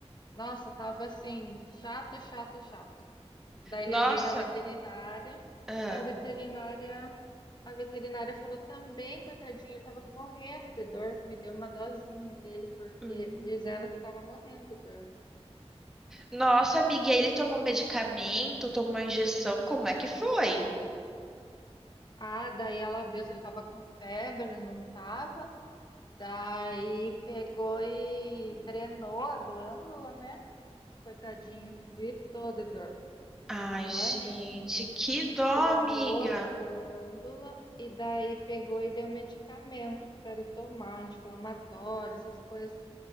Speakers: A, on the left (about 40°); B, in the centre.
A: Nossa, tava assim, chato, chato, chato. Daí
B: Nossa.
A: levei na veterinária.
B: Ah.
A: A veterinária, a veterinária falou também, coitadinho, ele estava morrendo de dor. Me deu uma dosinha dele, porque
B: Hum.
A: diz ela que ele estava morrendo de dor.
B: Nossa, amiga, e aí ele tomou medicamento, tomou injeção, como é que foi?
A: Ah, daí ela viu se ele estava com febre, ele não estava. Daí pegou e drenou a glândula, né? Coitadinho, gritou de dor,
B: Ai,
A: que dói,
B: gente,
A: né?
B: que dó, amiga.
A: Drenou a glândula e daí pegou e deu medicamento para ele tomar, anti-inflamatório, essas coisas